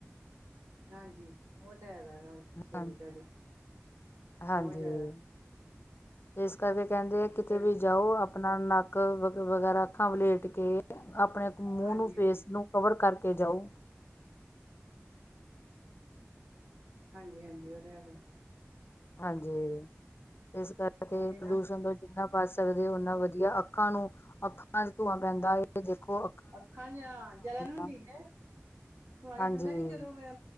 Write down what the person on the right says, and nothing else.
ਹਾਂਜੀ, ਉਹ ਤਾਂ ਹੈਗਾ ਹੈ ਸਹੀ
ਤੁਹਾਡੀੇ,
ਬਹੁਤ ਜ਼ਿਆਦਾ
ਤੇ
ਹਾਂਜੀ
ਹਾਂਜੀ
ਹਾਂਜੀ ਹਾਂਜੀ, ਉ ਤੇ ਹੈਗਾ
ਉਹੀ ਨਾ
ਅੱਖਾਂ ਜ ਜਲਣ ਹੁੰਦੀ
ਜੇ, ਧੂਆਂ ਕੇ
ਪੈਂਦਾ, ਕਿ ਜਦੋ ਆ